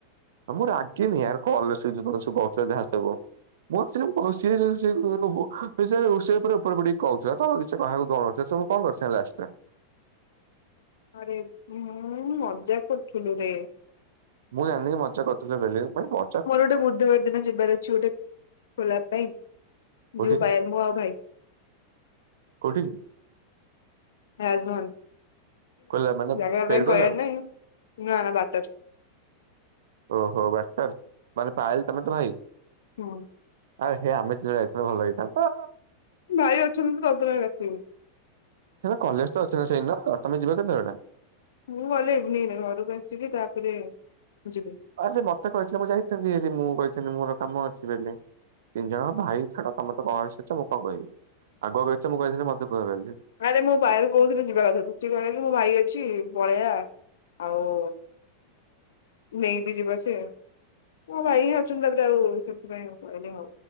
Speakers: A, on the right; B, on the left.
A: ମୁଁ ରାଗିନି ଆର କଲେଜ ଯୁଗର କହୁଥିଲେ ଯାହା ହବ। <unintelligible> ସେ ପୁରା ଉପରେ ପଡିକି କହୁଥିଲା <unintelligible> କଣ କରିସାଇଲେ ଆସିପାରେ।
B: ଆରେ ମୁଁ ମଜାକ କରୁଥିଲିରେ।
A: ମୁଁ ଜାଣିନି ମଜା କରିଥିଲ ବୋଲି <unintelligible>
B: ମୋର ଗୋଟେ ବୁଧବାର ଦିନ ଯିବାର ଅଛି ଗୋଟେ ଗୋଲାପ ପାଇଁ
A: କୋଉଠିକି
B: ଯଉ ପାଏଲ ମୁଁ ଆଉ ଭାଇ।
A: କୋଉଠିକି।
B: <unintelligible>
A: ଖୋଲା ମାନେ
B: ଜାଗା
A: ପେଡ୍
B: ନାଇଁ
A: କଲା
B: କହିବାର ନାହି ନାଁ ନାଁ ବାଟରେ
A: ଓହୋ ବାଟର ମାନେ ପାଏଲ ତମ ତ ଭାଇ।
B: ଅଁ।
A: ଆଏ ହେ ଆମେ ଦିଜଣ ଯାଇଥିଲେ ଭଲ ହେଇଥାନ୍ତା।
B: ଭାଇ ଅଛନ୍ତି ପତକା କାଟିମୁ।
A: ହେଲେ କଲେଜ ଅଛିନା ସେଇଦିନ ତମେ ଯିବ କେତେବେଳେ।
B: ମୁଁ ଗଲେ ଇଭିନିଂରେ ଘରକୁ ଆସିବି ତାପରେ ଯିବି।
A: ଆରେ ସେ ମତେ କହିଥିଲେ ମୁଁ ଯାଇଥାନ୍ତି ମୁଁ କହିଥିଲେ ମୋର କାମ ଅଛି ବୋଲି। ତିନି ଜଣ ଭାଇ ଛାଡ ତମେତ କଣ କହିସାରିଛ ମୁଁ କଣ କହିବି ଆଗ ଆଗ ଆସିଛ ମୁଁ କହିଦେଲେ ମୋତେ ଖରାପଭାବିବେ।
B: ଆରେ ମୋ ଭାଇକୁ କହୁଥିଲି ଯିବାକଥା ସେ କହିଲାକି ମୋ ଭାଇ ଅଛି ପଳେଇବା। ଆଉ ନେଇବି ଯିବା ସିଏ। ମୋ ଭାଇ ଅଛନ୍ତି ତାପରେ ଆଉ ସେଥିପାଇଁ ଆଉ କହିଲି ହଉ।